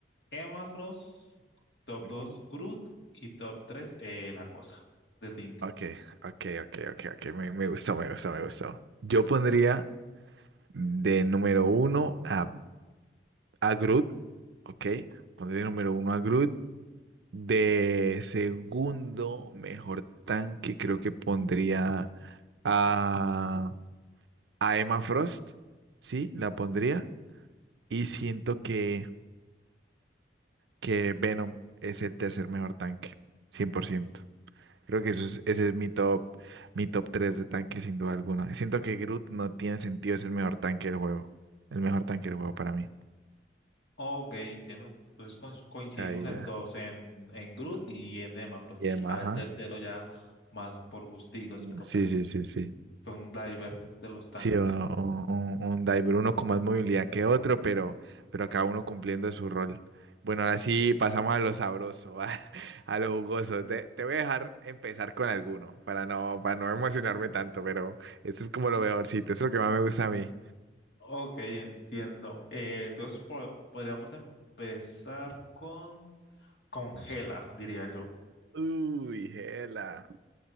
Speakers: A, on the left (about 70°); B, on the right (about 80°).
A: emma frost top
B: Ujú.
A: dos Groot y top 3 eh, la cosa de Tink.
B: Ok, ok, ok, ok, ok. Me, me gustó, me gustó, me gustó. Yo pondría de número uno a, a Groot. Ok, pondría número uno a Groot. De segundo mejor tanque, creo que pondría a, a Emma Frost. Sí, la pondría. Y siento que, que Venom es el tercer mejor tanque, cien por ciento Creo que eso es, ese es mi top, mi top tres de tanque, sin duda alguna. Siento que Groot no tiene sentido, es el mejor tanque del juego. El mejor tanque del juego para mí.
A: Ok, entiendo. Entonces coinc- coincidimos
B: Ahí
A: en
B: ya.
A: dos, en, en Groot y en emma frost
B: Y
A: Y
B: Emma,
A: ya
B: ajá.
A: el tercero ya más por gustigos, pero
B: Sí,
A: pues
B: sí, sí, sí.
A: Fue un diver de los tanques.
B: Sí, o- o- un, un diver, uno con más movilidad que otro, pero, pero cada uno cumpliendo su rol. Bueno, ahora sí pasamos a lo sabroso, <laughs> a, a lo jugoso. Te, te voy a dejar empezar con alguno para no, para no emocionarme tanto, pero esto es como lo mejorcito, es lo que más me gusta a mí.
A: Ok, entiendo. Eh, entonces po- podríamos empezar con, con Gela, diría yo.
B: Uy, Gela.